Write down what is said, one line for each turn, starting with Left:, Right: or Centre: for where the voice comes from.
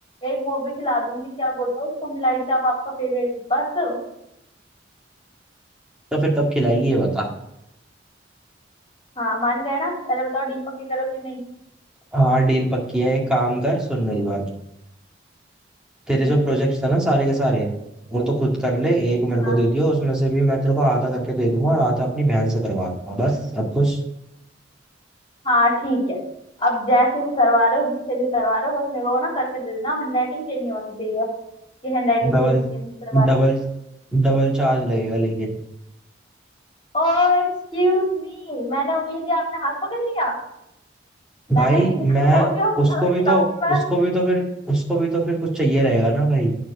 Left: एक वो भी खिला दूंगी क्या बोलते हो उसको मिलाई चाप आपका फेवरेट बस
Centre: तो फिर कब खिलाएगी ये बता
Left: हाँ मान गए ना पहले बताओ डील पक्की करो कि नहीं
Centre: हाँ डील पक्की है एक काम कर सुन मेरी बात तेरे
Left: हम्म
Centre: जो प्रोजेक्ट थे ना सारे के सारे वो तो खुद कर ले एक मेरे
Left: हाँ
Centre: को दे दियो उसमें से भी मैं तेरे को आधा करके दे दूंगा और आधा अपनी बहन से करवा दूंगा बस अब कुछ
Left: हाँ ठीक है अब जैसे भी करवा रहे हो जिससे भी करवा रहे हो बस मेरे को ना करके दे देना हैंड राइटिंग चेंज नहीं होनी चाहिए कि हैंड राइटिंग
Centre: डबल
Left: चेंज चेंज करवा दी
Centre: डबल डबल चार्ज लगेगा लेकिन
Left: ओ एक्सक्यूज मी मैंने उंगली दी आपने हाथ पकड़ लिया
Centre: भाई
Left: मैंने जितना
Centre: मैं
Left: <laughs> बोल दिया उतना
Centre: उसको
Left: मैं
Centre: भी
Left: खिलाऊंगी
Centre: तो
Left: बस
Centre: उसको भी तो फिर उसको भी तो फिर कुछ चाहिए रहेगा ना भाई